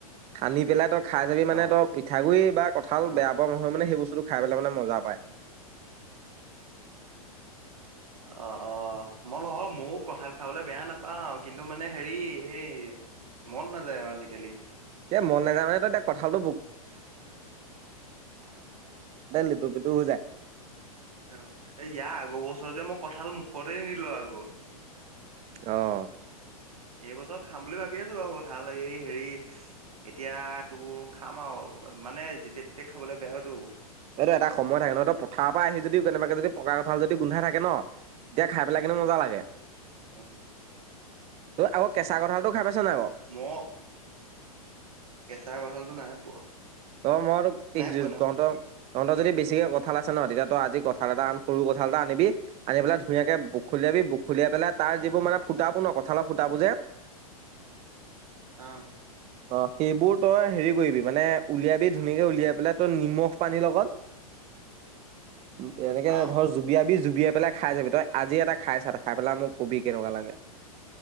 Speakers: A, on the right (about 30°); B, on the right (about 70°).
A: সানি পেলাই ত খাই চাবি
B: অ
A: মানে ত পিঠাগুডৰি বা কঠাল
B: অ
A: বেয়া পোৱা নহয় মানে সেই বস্তু ব খাই পেলাই মানে মজা পায়
B: অ' অ' মই নহয়, ময়ো কঠাল খাবলৈ বেয়া নাপাওঁ। কিন্তু, মানে হেৰি এই মন নাযায় আজিকালি।
A: এ মন নাযায় মানে তই এয়া কঁঠালটো <unintelligible> দু- হাজাৰ
B: অ'ইয়াৰ আগৰ বছৰত যে মই কঁঠাল মুখতে নিলো আকৌ।
A: অ '
B: এইবছৰত খাম বুলি ভাবি আছো বাৰু এ কঁঠাল এই হেৰি এতিয়া তোৰ খাম আৰু। মানে যেতিয়া তেতিয়া খাবলে বেয়াতো।
A: এইটো এটা সময় থাকে ন' তো পথাৰ পৰা আহি যদিও কেনেবাকে যদি পকা কঁঠাল যদি গোন্ধ থাকে ন' এতিয়া খাই পেলাই কিন্তু মজা লাগে।
B: অ '
A: তই আকৌ কেঁচা কঁঠালটো খাই পাইছ নাই বাৰু?
B: মই কেঁচা কঠালতো নাহাই পোৱা।
A: অ' মই
B: নাই পোৱা নাই
A: তহত
B: পোৱা
A: তহঁতৰ যদি বেছিকে কঠাল আছে ন' তেতিয়া ত আজি কঠাল এটা আন সৰু কঠাল এটা আনিবি আনি পেলাই ধুনীয়াকে বখলীয়া বি। খুলিয়াই পেলাই তাৰ
B: অ
A: যিবোৰ মানে ফুটাবোৰ ন' কঁঠালত ফুটা বোৰ যে
B: অ '
A: অ' সেইবোৰ তই হেৰি কৰিবি মানে। উলিয়াবি ধুনীয়াকে উলিয়াই পেলাই তই নিমখ পানী লগত। উ এনেকে
B: অ
A: ধৰ জুবিয়াবি জুবিয়াই পেলাই খাই চাবি তই আজি এটা খাইছাটা খাই পেলাই মোক কবি কেনেকুৱা লাগে।